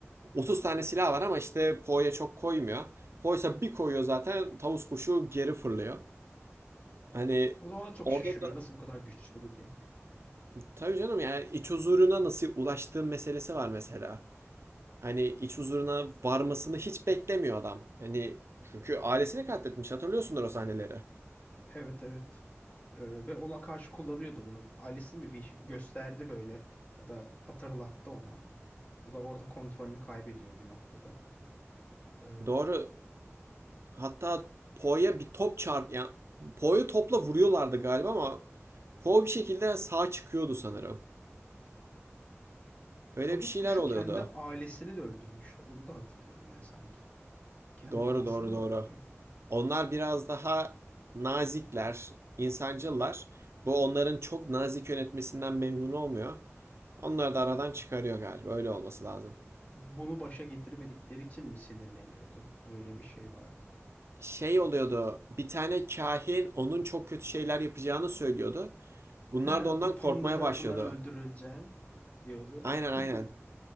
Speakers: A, on the right; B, on the left.
A: 30 tane silah var ama işte Poe'ya çok koymuyor. Poe'sa bir koyuyor zaten tavus kuşu geri fırlıyor. Hani
B: O da ona çok
A: orada
B: şaşırıyor.
A: da
B: Nasıl bu kadar güçlü bu diye.
A: tabii canım yani iç huzuruna nasıl ulaştığı meselesi var mesela. Hani iç huzuruna varmasını hiç beklemiyor adam. Hani çünkü ailesini katletmiş hatırlıyorsundur o sahneleri.
B: Evet evet. Ee, ve ona karşı kullanıyordu bunu. Ailesi mi bir şey gösterdi böyle ya da hatırlattı ona. O da orada kontrolünü kaybediyor bir noktada. Ee,
A: Doğru. Hatta Poe'ya bir top çarp yani Poe'yu topla vuruyorlardı galiba ama Poe bir şekilde sağ çıkıyordu sanırım. Öyle
B: tavus
A: bir şeyler
B: kuşu
A: oluyordu.
B: kendi ailesini de öldürmüştü. Onu da hatırlıyorum ben sanki. Kendi
A: Doğru
B: babasını
A: doğru
B: mı
A: doğru.
B: öldürüyor?
A: Onlar biraz daha nazikler, insancıllar. Bu onların çok nazik yönetmesinden memnun olmuyor. Onları da aradan çıkarıyor galiba. Öyle olması lazım.
B: Bunu başa getirmedikleri için mi sinirleniyordu? Öyle bir şey vardı.
A: Şey oluyordu. Bir tane kahin onun çok kötü şeyler yapacağını söylüyordu. Bunlar
B: He,
A: da ondan
B: bir panda
A: korkmaya
B: tarafından
A: başladı.
B: öldürüleceksin diyordu.
A: Aynen aynen.
B: <laughs>